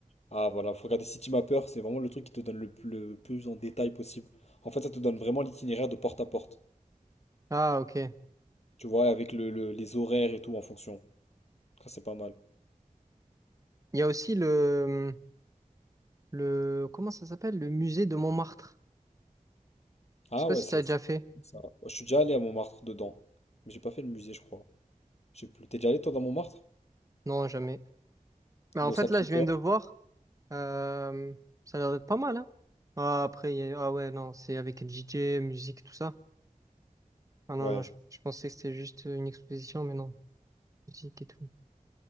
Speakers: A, on the left (about 50°); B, on the right (about 25°).
A: Ah voilà, faut regarder City Mapper, c'est vraiment le truc qui te donne le, plus le plus en détail possible. En fait, ça te donne vraiment l'itinéraire de porte à porte.
B: Ah, ok. Il
A: Tu vois, avec le, le- les horaires et tout en fonction. Ça c'est pas mal.
B: y a aussi le, le, comment ça s'appelle? Le musée de Montmartre.
A: Ah
B: Je sais pas
A: ouais,
B: si
A: c'est
B: tu as déjà
A: c'est
B: fait.
A: ça. va. Je suis déjà allé à Montmartre dedans. Mais j'ai pas fait le musée, je crois. Je sais plus. T'es déjà allé toi dans Montmartre?
B: Non, jamais. Mais en
A: Le
B: fait,
A: Sacré-Cœur.
B: là, je viens de voir. euh, ça a l'air d'être pas mal, hein? Ah, après, il y a- ah ouais, non, c'est avec le DJ, musique, tout ça. Ah non,
A: Ouais,
B: non, je, je pensais que c'était juste une exposition, mais non, musique et tout.